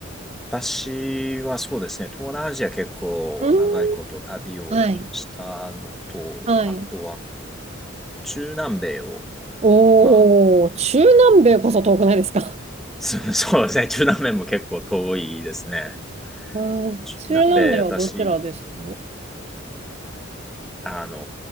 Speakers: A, in the centre; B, on the right.
A: 私はそうですね、東南アジア結構長いこと旅をしたのと、
B: うん。はい。はい。
A: あとは中南米を、
B: おー、
A: まあ、
B: 中南米こそ遠くないですか
A: <laughs> そそうですね、中南米も結構遠いですね。
B: うん、
A: 中南米、
B: 中南米はどちらですか
A: 私、あの、